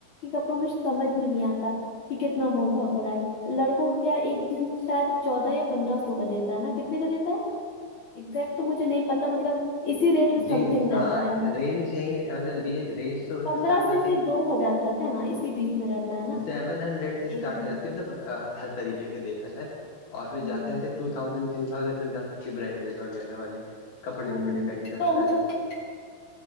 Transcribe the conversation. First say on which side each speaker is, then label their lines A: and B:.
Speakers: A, on the left; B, on the left.
A: کپڑوں میں سمجھ میں نہیں آتا کہ کتنا مول بھؤ کر آئے لڑکوں کا کیا ایک شاید چودہ یا پندرہ سو کا دیتا ہے نا کتنے کا دیتا ہے ایگزیکٹ تو مجھے نہیں پتا مطلب اسی ریٹ میں
B: جینس
A: سم تھنگ
B: ہاں
A: رہتا ہے
B: رینج یہی مطلب رینج تو
A: پندرہ
B: اسٹارٹ
A: سے
B: ہو جاتی
A: سے
B: ہے
A: دو ہزار ہے نا اسی بیچ میں رہتا ہے نا
B: سیون ہنڈریڈ سے اسٹارٹ
A: ایک جینس
B: ہو جاتی مطلب ہر طریقے کے دیکھا جائے اور پھر
A: ہوں
B: جاتے آاتے ٹو تھازینڈ تھری تھازینڈ تک جا سکتی برانڈیڈ وغیرہ والے کپڑے پہ بھی
A: ہوں
B: ڈیپینڈ کرتا
A: تو مطلب
B: ہے